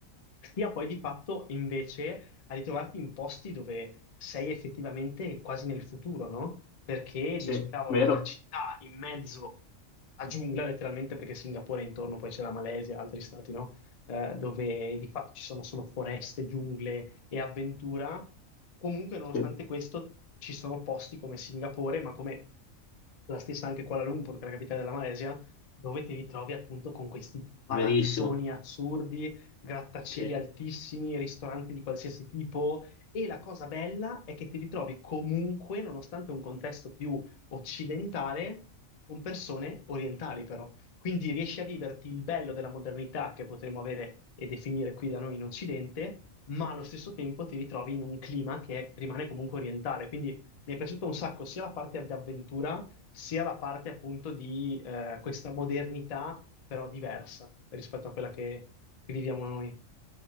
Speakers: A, on the left; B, on the left.
A: sia poi di fatto invece a ritrovarti in posti dove sei effettivamente quasi nel futuro, no? Perché
B: sì,
A: dici, cavolo,
B: vero,
A: una città in mezzo a giungla, letteralmente, perché Singapore è intorno, poi c'è la Malesia, altri stati, no? Eh, dove di fatto ci sono solo foreste, giungle, e avventura, comunque nonostante
B: sì,
A: questo ci sono posti come Singapore, ma come la stessa anche Kuala Lumpur, che è la capitale della Malesia, dove ti ritrovi appunto con questi palazzoni
B: verissimo.
A: assurdi, grattacieli
B: Sì.
A: altissimi, ristoranti di qualsiasi tipo. E la cosa bella è che ti ritrovi comunque, nonostante un contesto più occidentale, con persone orientali però. Quindi riesci a viverti il bello della modernità che potremmo avere e definire qui da noi in Occidente, ma allo stesso tempo ti ritrovi in un clima che rimane comunque orientale. Quindi mi è piaciuto un sacco sia la parte di avventura, sia la parte appunto di eh, questa modernità, però diversa rispetto a quella che che viviamo noi.